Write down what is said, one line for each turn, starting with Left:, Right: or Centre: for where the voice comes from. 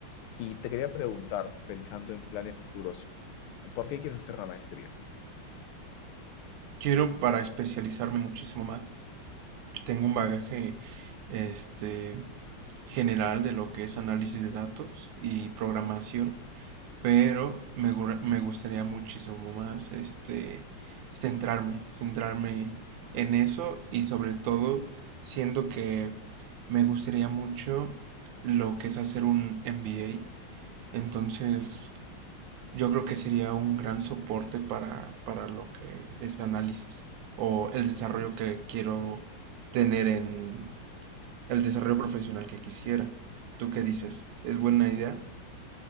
Left: Y te quería preguntar, pensando en planes futuros, ¿por qué quieres hacer la maestría?
Right: quiero para especializarme muchísimo más. Tengo un bagaje este general de lo que es análisis de datos y programación pero me, gu- me gustaría muchísimo más este centrarme, centrarme en eso y sobre todo siento que me gustaría mucho lo que es hacer un MBA. Entonces, yo creo que sería un gran soporte para, para lo que es análisis o el desarrollo que quiero tener en el desarrollo profesional que quisiera. ¿Tú qué dices? ¿Es buena idea?